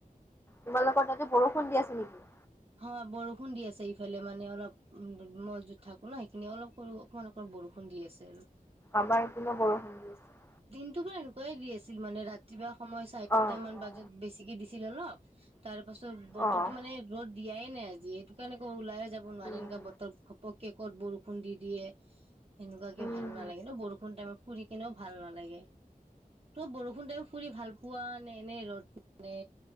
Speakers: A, on the left (about 15°); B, on the right (about 40°).
A: তোমালোকৰ তাতে বৰষুণ দি আছে নেকি?
B: হয় বৰষুণ দি আছে ইফালে মানে অলপ উ মই য'ত থাকো ন সেইখিনি অলপ সৰু অকমান অকমান বৰষুণ দি আছে আৰু।
A: আমাৰ ইপিনেও বৰষুণ দি আছে।
B: দিনটোৰ পৰা এনেকুৱাই দি আছিল মানে ৰাতিপুৱা সময় চাৰিটা
A: অঁ
B: মান
A: অঁ
B: বজাত বেছিকে দি ছিল অলপ তাৰ পাছত বতৰটো
A: অঁ
B: মানে দিয়াই নাই আজি এইটো কাৰণে ক ওলাই আ যাব নোৱাৰিম
A: উম
B: ক এনেকুৱা বতৰ ঘপক কে ক'ত বৰষুণ দি দিয়ে সেনেকোৱাকে
A: উম
B: ভাল
A: উম
B: নালাগে ন বৰষুণ টাইমত ফুৰি কেনেও ভাল নালাগে তই বৰষুণ টাইমত ফুৰি ভাল পোৱা নে এনেই ৰ'দ মানে